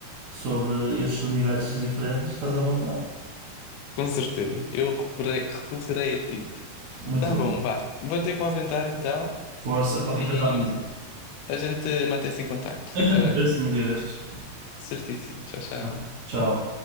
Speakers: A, on the right; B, on the left.
A: sobre estes universos diferentes, estás à vontade.
B: Com certeza, eu recorrei, recorrerei a ti.
A: Muito
B: Tá bom,
A: bem.
B: vá. Vou ter que me ausentar então.
A: Força, qualquer
B: E
A: coisa a dizer.
B: A gente mantém-se em contacto,
A: A
B: fica
A: gente vê-se
B: bem.
A: num dia destes.
B: Certíssimo, tchau, tchau.
A: Não? Tchau.